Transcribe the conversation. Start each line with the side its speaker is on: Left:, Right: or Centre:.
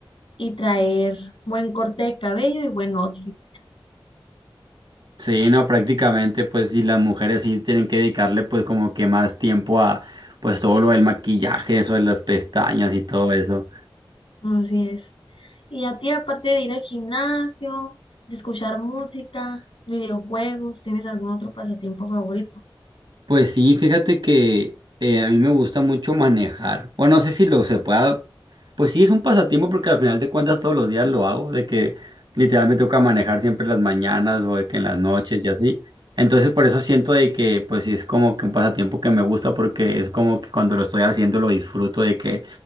Left: y traer buen corte de cabello y buen outfit.
Right: Sí, no, prácticamente, pues sí, las mujeres sí tienen que dedicarle pues como que más tiempo a pues todo lo del maquillaje, eso de las pestañas y todo eso.
Left: Así es. Y a ti, aparte de ir al gimnasio, de escuchar música, videojuegos, ¿tienes algún otro pasatiempo favorito?
Right: Pues sí, fíjate que eh, a mí me gusta mucho manejar. Bueno, no sé si lo se pueda. Pues sí, es un pasatiempo porque al final de cuentas todos los días lo hago, de que literal me toca manejar siempre en las mañanas o de que en las noches y así. Entonces por eso siento de que pues sí es como que un pasatiempo que me gusta porque es como que cuando lo estoy haciendo lo disfruto de que